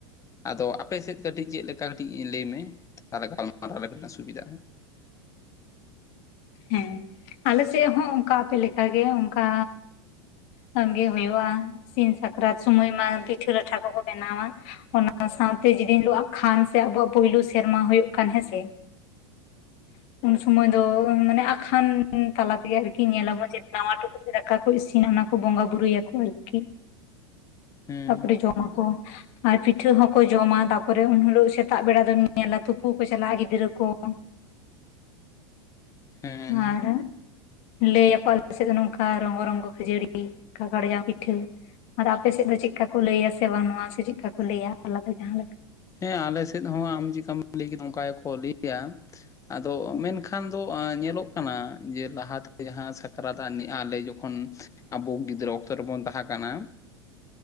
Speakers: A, on the left (about 20°); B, on the left (about 45°).
A: ᱟᱫᱚ ᱟᱯᱮ ᱥᱮᱫ ᱠᱟᱹᱴᱤᱡ ᱪᱮᱫ ᱞᱮᱠᱟ ᱠᱟᱹᱴᱤᱡ ᱞᱟᱹᱭᱢᱮ ᱛᱟᱦᱚᱞᱮ ᱜᱟᱞᱢᱟᱨᱟᱣ ᱨᱮ ᱠᱟᱹᱴᱤᱡ ᱞᱟᱝ ᱥᱩᱵᱤᱫᱟᱜᱼᱟ?
B: ᱦᱮᱸ ᱟᱞᱮᱥᱮᱜ ᱦᱚᱸ ᱚᱱᱠᱟ ᱟᱯᱮ ᱞᱮᱠᱟᱜᱮ ᱚᱱᱠᱟ ᱥᱟᱸᱜᱮ ᱦᱩᱭᱳᱜᱭᱼᱟ ᱥᱤᱧ ᱥᱟᱠᱨᱟᱛ ᱥᱚᱢᱚᱭ ᱢᱟ ᱯᱤᱴᱷᱟᱹ ᱞᱟᱴᱷᱟ ᱠᱚᱠᱚ ᱵᱮᱱᱟᱣᱟ ᱾ ᱚᱱᱟ ᱥᱟᱶᱛᱮ ᱡᱮᱫᱤᱱ ᱦᱤᱞᱚᱜ ᱟᱠᱷᱟᱱ ᱥᱮ, ᱟᱵᱚᱣᱟᱜ ᱯᱩᱭᱞᱩ ᱥᱮᱨᱢᱟ ᱦᱩᱭᱩᱜ ᱠᱷᱟᱱ ᱦᱮᱸᱥᱮ <inaudible> ᱩᱱᱥᱚᱢᱚᱭ ᱫᱚ ᱢᱟᱱᱮ ᱟᱠᱷᱟᱱ ᱛᱟᱞᱟ ᱛᱮᱜᱮ ᱟᱨᱠᱤ ᱧᱮᱞᱟᱵᱚᱱ, ᱡᱮ ᱱᱟᱣᱟ ᱴᱩᱠᱩᱡ ᱨᱮ ᱫᱟᱠᱟ ᱠᱚ ᱤᱥᱤᱱᱟ ᱚᱱᱟ ᱠᱚ ᱵᱚᱸᱜᱟ ᱵᱩᱨᱩᱭᱟᱠᱚ ᱟᱨᱠᱤ
A: ᱦᱮᱸ <unintelligible>
B: ᱛᱟᱨᱯᱚᱨᱮ ᱡᱚᱢᱟ ᱠᱚ ᱟᱨ ᱯᱤᱴᱷᱟᱹ ᱦᱚᱸᱠᱚ ᱡᱚᱢᱟ, ᱛᱟᱨᱯᱚᱨᱮ ᱩᱱᱦᱤᱞᱚᱜ ᱥᱮᱛᱟᱜ ᱵᱮᱲᱟ ᱫᱚᱢ ᱧᱮᱞᱟ, ᱛᱩᱯᱩ ᱠᱚ ᱪᱟᱞᱟᱜᱼᱟ ᱜᱤᱫᱽᱨᱟᱹ ᱠᱚ ᱾ <inaudible>
A: ᱦᱮᱸ
B: ᱟᱨ ᱞᱟᱹᱭᱟᱠᱚ ᱟᱞᱮ ᱥᱮᱫ ᱫᱚ ᱱᱚᱝᱠᱟ, ᱨᱚᱝᱜᱚ ᱨᱚᱝᱜᱚ ᱠᱷᱟᱹᱡᱟᱹᱲᱤ <unintelligible> ᱠᱟᱠᱟᱲ ᱡᱟᱝ ᱯᱤᱴᱷᱟᱹ ᱟᱨ ᱟᱯᱮ ᱥᱮᱫ ᱫᱚ ᱪᱮᱫᱠᱟ ᱠᱚ ᱞᱟᱹᱭᱟ ᱥᱮ ᱵᱟᱝ? ᱱᱚᱣᱟ ᱥᱮ ᱪᱮᱫᱠᱟ ᱠᱚ ᱞᱟᱹᱭᱟ ᱟᱱᱟᱫᱚ ᱡᱟᱸᱦᱟ ᱞᱮᱠᱟ
A: ᱦᱮᱸ ᱟᱞᱮ ᱥᱮᱫ ᱦᱚᱸ ᱟᱢ ᱡᱮᱠᱟᱢ ᱞᱟᱹᱭ ᱠᱮᱫᱟ ᱚᱱᱠᱟ ᱜᱮᱠᱚ ᱞᱮᱭᱟ ᱾ ᱟᱫᱚ ᱢᱮᱱᱠᱷᱟᱱ ᱫᱚ ᱧᱮᱞᱚᱜ ᱠᱟᱱᱟ ᱡᱮ, ᱞᱟᱦᱟᱛᱮ ᱡᱟᱸᱦᱟ ᱥᱟᱠᱨᱟᱛ ᱟᱨ ᱟᱞᱮ ᱡᱚᱠᱷᱚᱱ ᱡᱚᱠᱷᱚᱱ ᱟᱵᱚ ᱜᱤᱫᱽᱨᱟᱹ ᱚᱠᱛᱚ ᱨᱮᱵᱚᱱ ᱛᱟᱦᱮᱸ ᱠᱟᱱᱟ